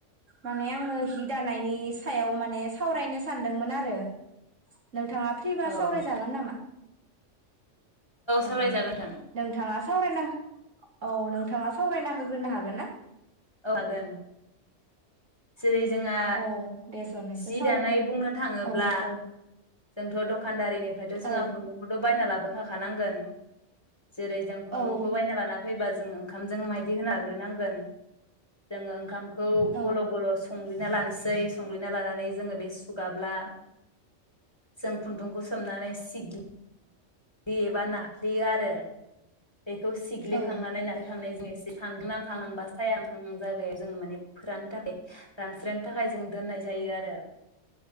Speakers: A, on the right; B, on the left.
A: माने आङो हि दानायनि सायाव माने सावरायनो सानदोंमोन आरो नोंथाङा फ्रिबा
B: औ
A: सावरायजागोन
B: औ
A: नामा? औ
B: सावरायजागोन नोंथां
A: नोंथाङा सावरायना औ नोंथाङा सावरायना होग्रोनो हागोन ना?
B: औ हागोन। जेरै जोंहा
A: औ दे सन एसे
B: जि
A: सावरायना
B: दानाय बुंनो थाङोब्ला
A: औ औ
B: जोंथ दखानदारिनि फ्रायथ जोङा
A: औ
B: खुन्दुंखौथ बायना लाब बोखाखानांगोन जेरै जों खुन्दुंखौ
A: औ
B: बायना लाना फैबा जों ओंखामजों मायदि होना हाग्रोनांगोन। जोङो ओंखामखौ
A: औ
B: गल गल सं संग्लिना लानोसै संग्लिना लानानै जोङो बे सुगाब्ला जों खुन्दुंखौ सोमनानै सिग्लि यो एबा नाफ्लेयो आरो बेखौ सिग्लिखांनानै
A: औ
B: नारखांनाय जों एसे सानदुं नांहांहां बा सायाहांहां जायगायाव जोङो माने फोराननो थाखाय रानस्रायनो थाखाय जों दोननाय जायो आरो